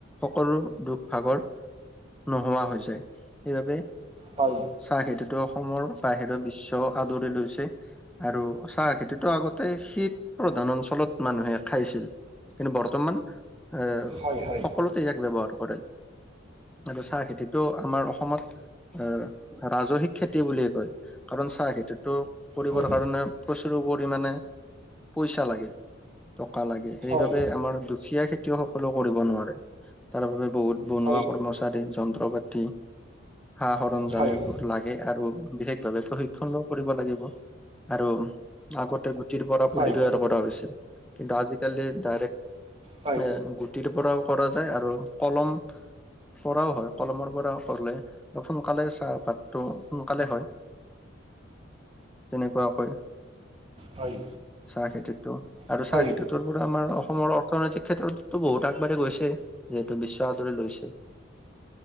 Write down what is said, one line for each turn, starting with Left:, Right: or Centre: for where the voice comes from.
Centre: সকলো দুখ ভাগৰ। নোহোৱা হৈছে সেইবাবে।
Right: হয়।
Centre: চাহ খেতিটো অসমৰ বাহিৰৰ বিশ্ব আদৰি লৈছে। আৰু চাহ খেতিটো আগতে শীত প্ৰধান অঞ্চলত মানুহে খাইছিল। কিন্তু বৰ্তমান এ
Right: হয় হয়
Centre: সকলোতে ইয়াক ব্যৱহাৰ কৰে। আৰু চাহ খেতিটো আমাৰ অসমত। আহ', ৰাজহিক খেতি বুলি কয় কাৰণ চাহ খেতিটো। কৰিবৰ
Right: হয়
Centre: কাৰণে প্ৰচুৰ পৰিমাণে পইচা লাগে টকা লাগে। সেইবাবে
Right: হয় হয়
Centre: আমাৰ দুখীয়া খেতিও সকলো কৰিব নোৱাৰে তাৰ বাবে বহুত বনোৱা।
Right: হয়
Centre: কৰ্মচাৰী যন্ত্ৰ পাতি সা সৰযামীবোৰ।
Right: হয় হয় হয়
Centre: লাগে আৰু বিশেষভাৱে প্ৰশিক্ষণও কৰিব লাগিব আৰু আগতে। গুটিৰ পৰা
Right: হয়
Centre: পুলি তৈয়াৰ কৰা হৈছিল কিন্তু আজিকালি ডাইৰেক্ট
Right: হয় হয়
Centre: এ। গুটিৰ পৰাও কৰা যায় আৰু কলম। পৰাও হয় কলমৰ পৰা কৰিলে অলপ সোনকালে চাহপাত টো সোনকালে হয়। তেনেকুৱা কৈ।
Right: হয়।
Centre: চাহ খেতিটো আৰু
Right: হয়
Centre: চাহ খেতি পৰা আমাৰ অসমৰ অৰ্থনৈতিক ক্ষেত্ৰতো বহুত আগবাঢি গৈছে যিহেতু বিশ্ব আদৰি লৈছে।